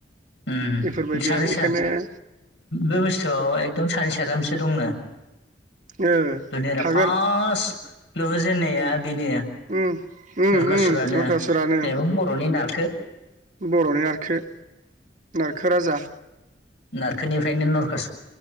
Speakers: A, on the left; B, on the right.
A: उम
B: बेफोरबायदि
A: सानै
B: आरो बेखायनो
A: सा बे बुस्थुआव एकदम सानै साथामसो दंनो।
B: ओ
A: दुनिरा
B: थागोन
A: फास्त लुहोजेननाया बेनो।
B: ओम ओम
A: नरखासुरानो
B: ओम नरकासुरानो
A: जेनेबा बर'नि नारखो
B: बर'नि नारखो। नारखो राजा।
A: नारखोनिफ्रायनो नरक